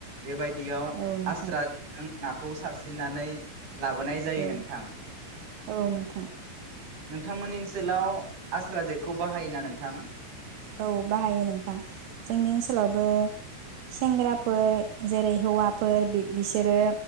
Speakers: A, on the right; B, on the right.
A: बेबायदियाव
B: औ नोंथां
A: आस्रा जेजों नाखौ <unintelligible> लाबोनाय जायो
B: औ
A: नोंथां
B: औ नोंथां
A: नोंथांमोननि ओनसोलाव आस्रा जेखौ बाहायोना नोंथां
B: औ बाहायो नोंथां जोंनि ओनसोलावबो सेंग्राफोर जेरै हौवाफोर बि बिसोरो